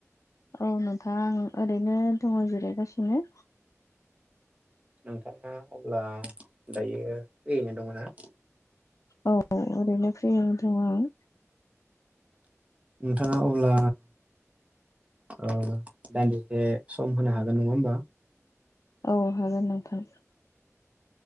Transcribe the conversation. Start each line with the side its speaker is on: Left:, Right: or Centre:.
Left: औ नोंथां आं ओरैनो दङ जिरायगासिनो।
Right: नोंथाङा अब्ला दायो फ्रियैनो दङ ना?
Left: औ औ ओरैनो फ्रियाव दं आं।
Right: नोंथाङा अब्ला ओ दान्दिसे सम होनो हागोन नङा होमबा?
Left: औ हागोन नोंथां।